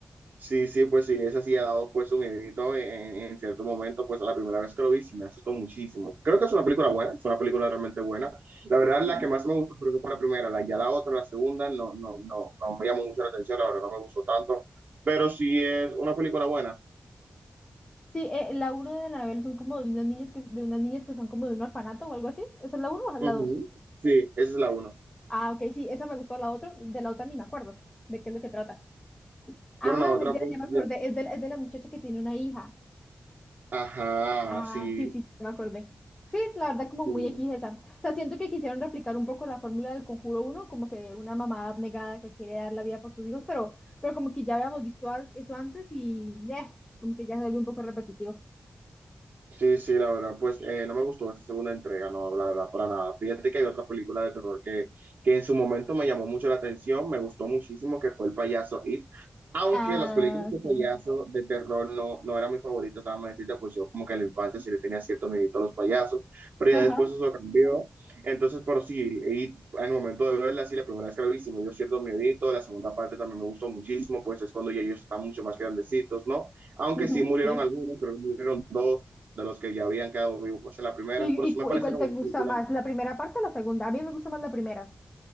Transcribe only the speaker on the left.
Ujú.
Sí, eh, la uno de Anabel son como de unas niñas que, de unas niñas que son como de un orfanato o algo así. ¿Esa es la uno o es
la dos?
Ah, ok, sí, esa me gustó, la otra, de la otra ni me acuerdo de qué es lo que trata. Ah,
mentira,
ya me
acordé, es de, la- es de la muchacha que tiene una hija.
Ah,
sí, sí, me acordé. Sí, la verdad como
muy X esa. O sea, siento que quisieron replicar un poco la fórmula del Conjuro uno, como que de una mamá abnegada que quiere dar la vida por sus hijos, pero, pero como que ya habíamos visto a- eso antes y eh, como que ya se vuelve un poco repetitivo.
Ah,
ok.
Ajá,
ujú,
sí.
¿Y,
y,
cu-
y cuál te
gusta
más, la primera parte o la segunda? A mí me gusta más la primera.